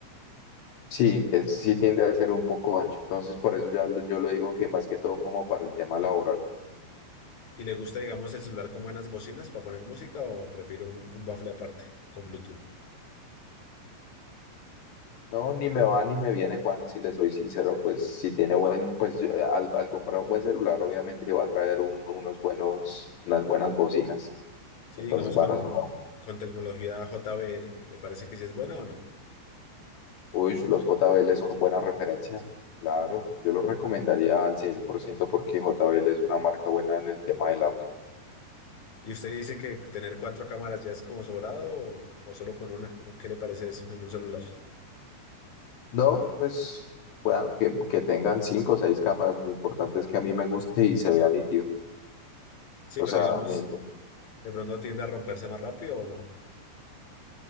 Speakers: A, on the left; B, on the left.
A: Sí, es- sí tiende a ser un poco ancho, entonces por eso ya lo- yo lo digo que más que todo como para el tema laboral.
B: ¿Y le gusta, digamos, el celular con buenas bocinas para poner música o prefiere un, un bafle aparte con Bluetooth?
A: No, ni me va ni me viene, Juan, si le soy sincero, pues si tiene buen, pues yo, eh, al, al comprar un buen celular, obviamente va a traer un- unos buenos, unas buenas bocinas.
B: Sí,
A: Entonces
B: digamos
A: van
B: con,
A: a sonar.
B: con tecnología JBL. ¿Le parece que sí es buena o no?
A: Uy, los JBL son buena referencia. Claro, yo los recomendaría al 100% porque JBL es una marca buena en el tema del audio.
B: ¿Y usted dice que tener cuatro cámaras ya es como sobrado o, o solo con una? ¿Cómo- qué le parece eso en un celular?
A: No, pues pueda- que, que tengan cinco o seis cámaras, lo importante es que a mí me guste y se vea nítido.
B: Sí,
A: O
B: pero
A: sea,
B: digamos,
A: me,
B: de pronto tiende a romperse más rápido o no.